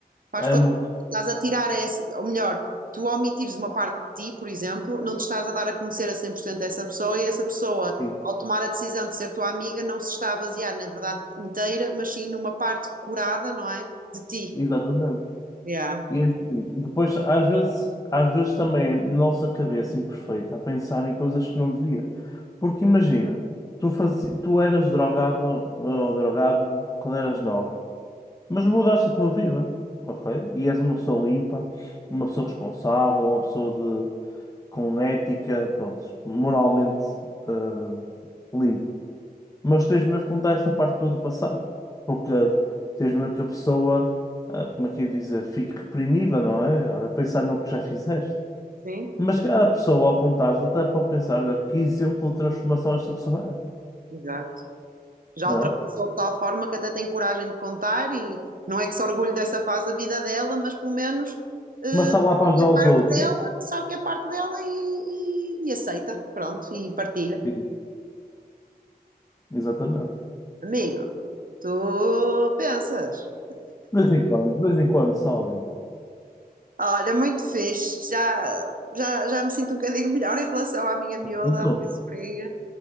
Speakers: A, on the right; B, on the left.
A: Faz
B: É
A: todo...
B: uma
A: Estás a tirar esse, ou melhor, tu omitires uma parte de ti, por exemplo, não te estás a dar a conhecer a 100% essa pessoa e essa pessoa,
B: questão.
A: ao tomar a decisão de ser tua amiga, não se está a basear na verdade inteira, mas sim numa parte curada, não é? De ti.
B: Exatamente.
A: Yeah.
B: E é assim, depois, às vezes, às vezes também é nossa cabeça imperfeita a pensar em coisas que não devia. Porque imagina, tu, fazi... tu eras drogado ou drogada quando eras nova. Mas mudaste a tua vida, ok? E és uma pessoa limpa, uma pessoa responsável, uma pessoa de, com ética, pronto, moralmente eh, limpa. Mas tens mesmo que contar essa parte toda do passado, porque tens mesmo que a pessoa, eh, como é que eu ia dizer, fique reprimida, não é? A pensar no que já fizeste.
A: Sim,
B: Mas cada pessoa, ao contar até pode pensar, olha, que exemplo de transformação esta pessoa é,
A: exato. Já
B: não
A: ultrapassou
B: é?
A: de tal forma que até tem coragem de contar e não é que se orgulhe dessa fase da vida dela, mas pelo menos eh,
B: Mas está lá para ajudar os outros.
A: dela, sabe que é parte dela e, e- e aceita, pronto, e partilha.
B: Sim. Exatamente.
A: Amigo, Tu pensas?
B: De vez em quando, de vez em quando, somem.
A: Olha, muito fixe. Já, já, já me sinto um bocadinho melhor em relação à minha miúda,
B: Pronto,
A: à minha sobrinha.